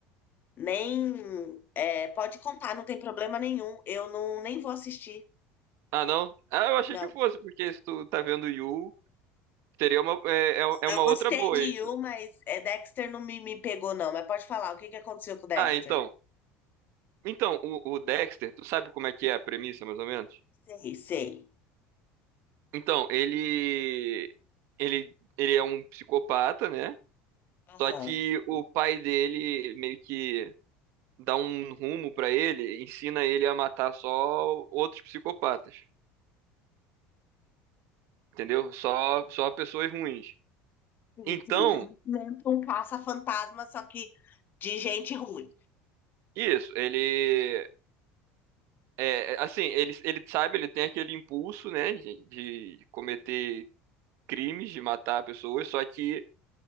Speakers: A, on the left; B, on the right.
A: nem, é, pode contar, não tem problema nenhum. Eu não, nem vou assistir,
B: Ah, não? Ah, eu achei
A: não.
B: que fosse, porque se tu tá vendo Yu, teria uma, é, é é uma
A: Eu
B: outra
A: gostei
B: boa
A: de
B: aí.
A: You, mas é, Dexter não me, me pegou, não. Mas pode falar, o que que aconteceu com o Dexter?
B: Ah, então, então, o, o Dexter, tu sabe como é que é a premissa, mais ou menos?
A: Sei, sei.
B: Então, ele, ele, ele é um psicopata, né?
A: Aham.
B: Só que o pai dele meio que dá um rumo pra ele, ensina ele a matar só outros psicopatas. entendeu? Só, só pessoas ruins.
A: Sim,
B: Então,
A: sim. tá dentro de Um caça-fantasma, só que de gente ruim.
B: isso, ele. É, é, assim, ele, ele sabe, ele tem aquele impulso, né, de, de cometer crimes, de matar pessoas, só que